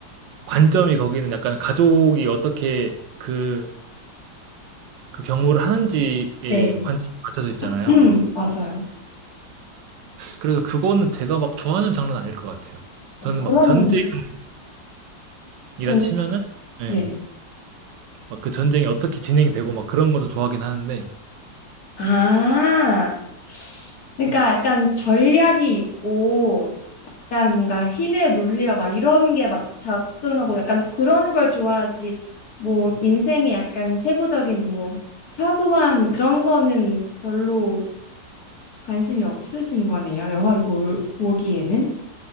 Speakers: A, on the right; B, on the left.
A: 관점이 거기는 약간 가족이 어떻게 그 그 경우를 하는지에
B: 네,
A: 관점이 맞춰져 있잖아요.
B: 음, 맞아요.
A: 그래서 그거는 제가 막 좋아하는 장르는 아닐 것 같아요.
B: 어,
A: 저는
B: 그러면
A: 막 전쟁이라
B: 저는
A: 치면은 예,
B: 네.
A: 막그 전쟁이 어떻게 진행되고 막 그런 것도 좋아하긴 하는데
B: 아, 그러니까 약간 전략이 있고, 약간 뭔가 힘의 논리와 막 이런 게 막 작동하고 약간 그런 걸 좋아하지. 뭐 인생의 약간 세부적인 뭐 사소한 그런 거는 별로 관심이 없으신 거네요. 영화를 볼, 보기에는.